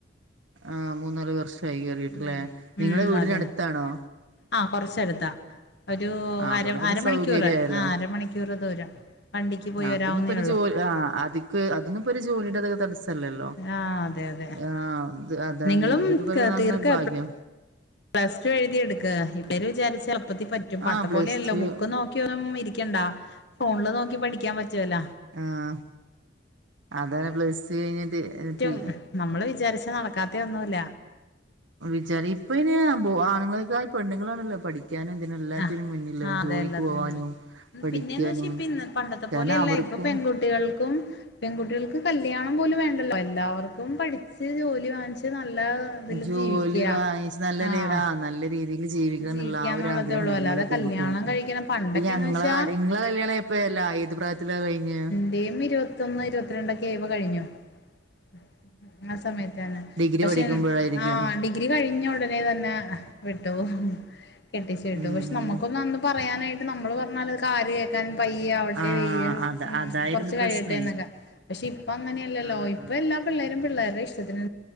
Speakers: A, on the right (about 75°); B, on the left (about 60°).
A: ആഹ് മൂന്നാല് വർഷായികേറീട്ട്ലെ
B: ഉം ഉം
A: നിങ്ങളെ വീടിനടുത്താണോ.
B: അതെ ആ കുറച്ചടുത്താ. ഒരു
A: ആഹ്
B: അര
A: അതോണ്ട് പിന്നെ
B: അരമണിക്കൂറ്
A: സൗകര്യായല്ലോ
B: ആ അരമണിക്കൂറ് ദൂരം വണ്ടിക്ക് പോയി
A: ആഹ്
B: വരാവുന്നേ
A: അതൊന്നും ഇപ്പൊ ഒരു
B: ഉള്ളു.
A: ജോലി ആഹ് അതിക്ക് അതൊന്നുപ്പോ ഒരു ജോലിയുടെത്ക്ക് തടസ്സല്ലല്ലോ
B: ആ അതെ അതെ
A: ആഹ് അ അതന്നക്ക
B: നിങ്ങളും
A: <unintelligible> കഴ നല്ലൊരു
B: തീർക്ക
A: ഭാഗ്യം
B: പ്ലസ് ടു എഴുതിട്ക്ക ഇവടെന്ന് വിചരിച്ച എളുത്തിപ്പ പറ്റ പണ്ട്
A: ആഹ് പ്ലസ്
B: പോലെയല്ല
A: ടു
B: ബുക്ക് നോക്കി ഒന്നും ഇരിക്കണ്ട ഫോണില് നോക്കി പഠിക്കാൻ പറ്റോലോ.
A: ആഹ് അതാണ് പ്ലസ്ടു കഴിഞ്ഞിട്ട്
B: റ്റും
A: പി
B: നമ്മള് വിചാരിച്ച നടക്കാത്ത ഒന്നൂല്ല.
A: വിചാരി ഇപ്പ അയിന് ആണുങ്ങളെക്കായി പെണ്ണുങ്ങളാണല്ലോ പഠിക്ക ഠിക്കാനുതിനും എല്ലാറ്റിനും
B: ആഹ്
A: മുന്നില്
B: ആഹ് അതെ
A: ജോലിക്ക്
B: എല്ലാത്തിനും
A: പോവാനും
B: വേണം
A: പഠിക്കാനും
B: പിന്നെന്ന് വെച്ചാ പണ്ടത്തെ
A: കാരണം
B: പോലെയല്ല
A: അവർക്കും
B: ഇപ്പൊ പെൺകുട്ടികൾക്കും പെൺകുട്ടികൾക്ക് കല്യാണം പോലും വേണ്ടല്ലോ. എല്ലാവർക്കും പഠിച്ച് ജോലി വാങ്ങിച്ച് ച്ച് നല്ല ഇതില്
A: ജോലി
B: ജീവിക്ക്യാ
A: വാങ്ങച്ച് നല്ല
B: ആഹ്
A: ആ നല്ല രീതിയിക്ക് ജീവിക്കണന്ന്ള്ള
B: ജീവിക്കാന്നുള്ളതേ
A: ആ ഒരാഗ്രഹ
B: ഉള്ളൂ
A: ആഗ്രഹ <unintelligible> എല്ലാ
B: അല്ലാതെ
A: പെൺകുട്ടികളും
B: കല്യാണം
A: പ്പ
B: കഴിക്കണം പണ്ടൊക്കെന്ന്
A: ഞങ്ങളെ
B: വെച്ചാ
A: കല്ല്യ ങ്ങളെ കല്യാണ പ്പല്ലാ ഏത് പ്രിയത്തിലാ കഴിഞ്ഞ്.
B: <unintelligible> ഇം ഇരുപത്തൊന്ന് ഇരുത്തിരണ്ടൊക്കെ ആയപൊ കഴിഞ്ഞു. <unintelligible> ആ സമയത്തന്നെ
A: ഡിഗ്രി
B: പക്ഷെ
A: പഠിക്കുമ്പോഴായിരിക്കും
B: ആ ഡിഗ ഡിഗ്രി കഴിഞ്ഞ ഉടനെ തന്നെ വിട്ടു കെട്ടിച്ചു വിട്ടു
A: ഉം
B: പക്ഷെ
A: ഉം
B: നമുക്ക് ഇപ്പൊ അന്ന് പറയാനായിട്ട് നമ്മള് പറഞ്ഞാലൊകാര് കേൾക്കാൻ പയ്യെ ആവട്ടെ
A: ആ
B: വെയ്യ്
A: അത
B: ഉം
A: അതായിരുന്നു
B: കൊറച്ച്
A: പ്രശ്നേ
B: കഴിയട്ടെ ന്നൊക്കെ പക്ഷെ ഇപ്പ അങ്ങനെല്ലല്ലോ
A: ആ
B: ഇപ്പൊ
A: ആ
B: എല്ലാ പിള്ളേരും പിള്ളേരുടെ ഇഷ്ടത്തിന്.